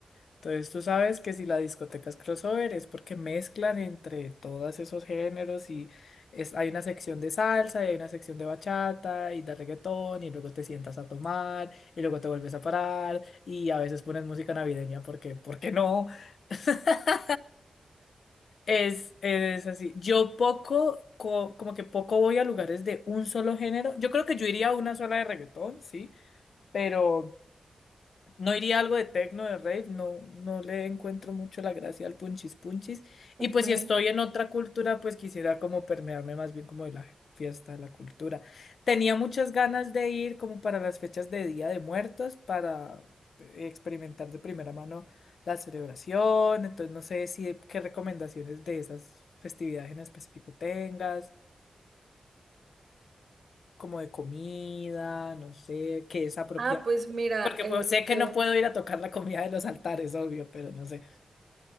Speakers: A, on the left (about 75°); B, on the right (about 45°).
A: Entonces tú sabes que si la discoteca es crossover es porque mezclan entre todos esos géneros y es... hay una sección de salsa y hay una sección de bachata y de reggaetón y luego te sientas a tomar y luego te vuelves a parar y a veces ponen música navideña porque, ¿por qué no? <laughs> Es, es así. Yo poco, co- como que poco voy a lugares de un solo género. Yo creo que yo iría a una sola de reggaetón, sí, pero... No iría a algo de techno, de rave, no, no le encuentro mucho la gracia al punchis punchis. Y
B: Ujú.
A: pues si estoy en otra cultura, pues quisiera como permearme más bien como de la fiesta, de la cultura. Tenía muchas ganas de ir como para las fechas de Día de Muertos, para experimentar de primera mano la celebración. Entonces no sé si qué recomendaciones de esas festividades en específico tengas, como de comida, no sé, qué es apropiado.
B: Ah, pues mira,
A: Porque
B: este,
A: pues sé que no puedo ir a tocar la comida de los altares, obvio, pero no sé.